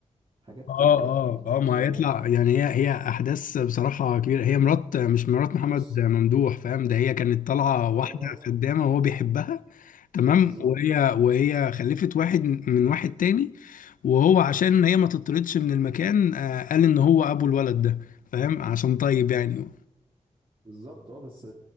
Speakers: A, on the right (about 40°); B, on the left (about 85°).
A: حاجات
B: آه
A: كده يعني
B: آه آه ما
A: هو
B: هيطلع يعني هي هي أحداث بصراحة كبيرة هي مرات مش مرات محمد
A: بص
B: ممدوح فاهم ده هي كانت طالعة واحدة
A: بصراحه
B: خدامة وهو بيحبها تمام
A: بالظبط
B: وهي وهي خلفت واحد من واحد تاني وهو عشان هي ما تطردش من المكان آه، قال ان هو ابو الولد ده فاهم عشان طيب يعني
A: بالظبط اه بس